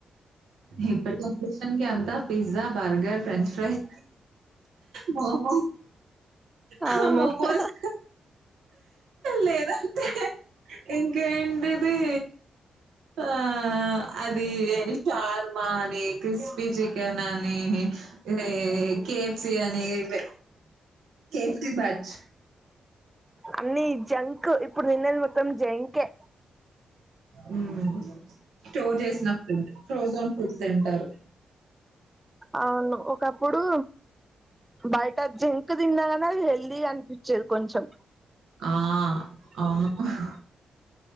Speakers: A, on the right; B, on the right.
A: ఇప్పటి జెనరేషన్ అంత pizza burger French fries momo హా
B: అవును
A: మొమోస్ లేనంతే ఇంకేంటిది ఆ అది ది శార్మ అని క్రిస్పీ చికెన్ అని లే కే ఫ్ సి అని ఇగ ఇవ్వే కే ఫ్ సి బ్యాచ్
B: అన్నీ జంక్ ఇప్పుడు తిన్నది మొత్తం జంకే
A: ఉమ్ స్టోర్ చేసిన ఫుడ్ ఫ్రోజన్ ఫుడ్ తింటారు
B: అవును ఒకప్పుడు బయట జంక్ తిన్నాగానె అ ది హెల్దీగా అనిపిచ్చేది కొంచెం
A: ఆ అవును ఉహ్